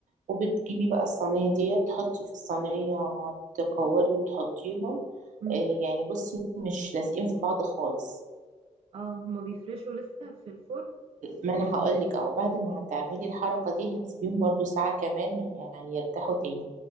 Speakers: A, on the right; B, on the right.
A: وبتجيبي بقى الصينية دي تحطي في الصينية تكوري وتحطيهم
B: امم.
A: آه، يعني بصي مش لازقين في بعض خالص
B: اه هما بيفرشوا لسه في الفرن
A: ما انا هقولك اهو بعد ما هتعملي الحركة دي هتسيبيهم برضو ساعة كمان يعني يرتاحوا تاني